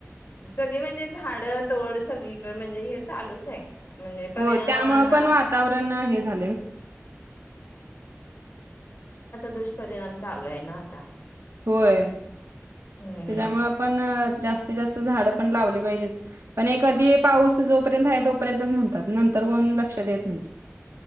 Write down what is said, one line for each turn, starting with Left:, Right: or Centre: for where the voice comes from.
Left: सगळी म्हणजे झाड तोड सगळीकडे म्हणजे हे चालूच आहे म्हणजे पर्यावरण
Right: हो त्यामुळं पण वातावरण हे झा
Left: दुष्पिणाम चालूय ना आता
Right: होय
Left: हम्म
Right: त्याच्यामु आपण जास्तीत जास्त झाड पण लावली पाहिजेत पण एक कधी पाऊस जोपर्यंत आहे तोपर्यंतच म्हणतात नंतर कोण लक्षात देत नाही